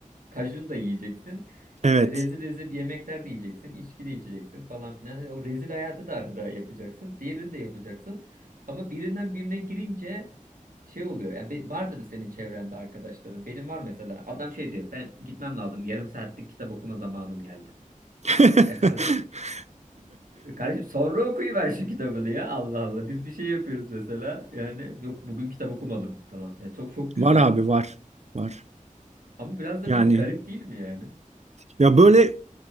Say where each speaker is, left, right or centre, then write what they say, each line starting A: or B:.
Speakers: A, on the right (about 85°); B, on the right (about 55°).
A: kajun da yiyeceksin. İşte
B: Evet.
A: rezil rezil yemekler de yiyeceksin. içki de içeceksin falan filan. Hani o rezil hayatı da arada yapacaksın. Diğerini de yapacaksın. Ama birinden birine girince şey oluyor. Yani be- vardır senin çevrende arkadaşların. Benim var mesela. Adam şey diyor. Ben gitmem lazım. Yarım saatlik kitap okuma zamanım geldi.
B: <laughs>
A: Ya kardeşim Kardeşim sonra okuyuver şu kitabını ya. Allah Allah. Biz bir şey yapıyoruz mesela. Yani yok bugün kitap okumadım falan. Ya çok çok güzel.
B: Var abi var. Var.
A: Ama biraz da
B: Yani
A: böyle garip değil mi yani?
B: ya böyle